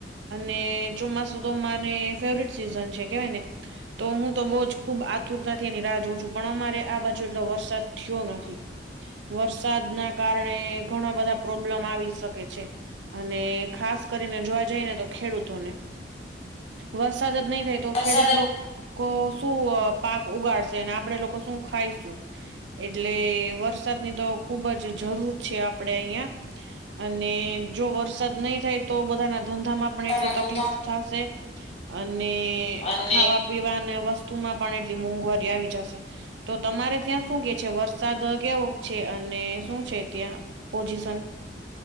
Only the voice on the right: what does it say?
અને ચોમાસું તો મને ફેવરેટ સિઝન છે કેહવાય ને. તો હું તો બહુ જ ખુબ આતુરતાથી એની રાહ જોઉ છું. પણ અમારે આ બાજુ એટલો વર સાદ થયો નથી. વરસાદના કારણે ઘણા પ્રોબ્લેમ આવી શકે છે. અને ખાસ કરીને જોવા જઈ ને તો ખેડૂતોને. વરસાદ જ નહી થાય તો
ખેડૂત
લોકો શું અ પાક ઉગાડશે અને આપડે લોકો શું ખાઈશું? એટલે વરસાદની તો ખુબ જ જરૂર છે આપડે અહિયાં. અને જો વરસાદ નહીં થાય તો બધાના ધંધામાં. પણ
એટલી
તકલીફ થશે અને
ખાવા પીવા અને વસ્તુમાં પણ એટલી મોંઘવારી આવી જશે. તો તમારે ત્યાં શું કે છે વરસાદ કેવો છે, અને શું છે ત્યાં પોઝિશન?